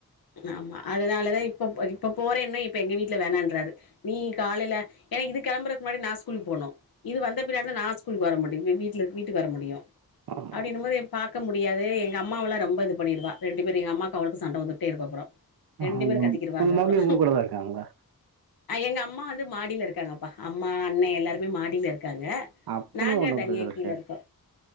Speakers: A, on the left; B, on the right.
A: ஆமா அதனாலதா இப்ப படிப் இப்ப போறன்ன இப்ப எங்க வீட்ல வேணான்றாரு நீ காலையில ஏனா இது கெளம்பறதுக்கு முன்னாடி நா ஸ்கூலுக்கு போனு இது வந்த பின்னாடிதா நா ஸ்கூலுக்கு வர முடியு வீட்ல வீட்டுக்கு வர முடியு
B: ஆமா.
A: அப்படின்னுபோது பாக்க முடியாது எங்கம்மாவல்லா ரொம்ப இது பண்ணிடுவா ரெண்டு பேரு எங்கம்மாக்கு அவளுக்கு சண் சண்ட வந்துட்டே இருக்கு அப்றோ
B: ஆஹ்,
A: ரெண்டு பேரு
B: உங்க
A: கத்திக்குடுவாங்க
B: உங்க மம்மி
A: அப்றோ
B: உங்க கூட தான் இருக்காங்களா?
A: எங்க அம்மா வந்து மாடியில இருக்காங்கப்பா. அம்மா அண்ணே எல்லாருமே மாடியில இருக் காங்க
B: அப்பனா
A: நாங்க
B: ஒண்ணும்
A: தனியா
B: பிரச்சனை இல்ல.
A: கீழே
B: சரி.
A: இருக்கோ